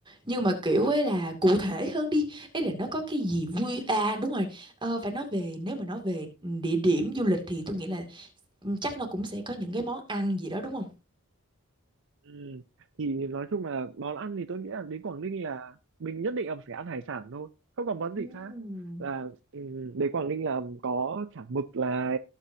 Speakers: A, on the right; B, on the right.
A: nhưng mà kiểu ấy là cụ thể hơn đi ấy là nó có cái gì vui à đúng rồi ờ, phải nói về nếu mà nói về địa điểm du lịch thì tôi nghĩ là chắc nó cũng sẽ có những cái món ăn gì đó đúng không
B: Ừ. Thì nói chung là món ăn thì tôi nghĩ là đến Quảng Ninh là mình nhất định là phải ăn hải sản thôi không còn món gì
A: Ừm,
B: khác là ừ, đến Quảng Ninh là có chả mực là